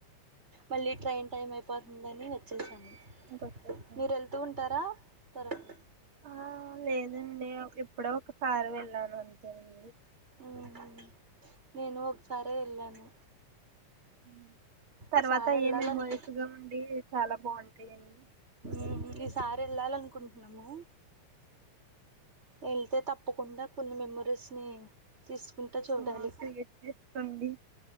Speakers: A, on the right (about 20°); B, on the right (about 45°).
A: మళ్ళీ ట్రైన్ టైమ్ అయిపోధ్ ఉందని వచ్చేసాము
B: ఇంకొచ్చేసాం
A: మీరు వెళ్తూ ఉంటారా త్వరగా
B: ఆ లేదండి ఎప్పుడో ఒక సారీ వెళ్ళాను అంతే అండి
A: ఉహు నేను ఒకసారే ఎళ్ళాను
B: ఉమ్. తర్వాత
A: ఈసారి
B: అయ్యే
A: ఎళ్ళాలి
B: మెమోరీస్
A: అనుకుం
B: గా ఉండి చాలా బాగుంటాయండి
A: ఉమ్ ఈసారి ఎల్లాలి అనుకుం కుంటన్నాము వెళ్తే తప్ తప్పకుండా కొన్ని మెమరీస్ని తీసుకుంటా చూడాలి
B: ఆ క్రియేట్ చేసుకోండి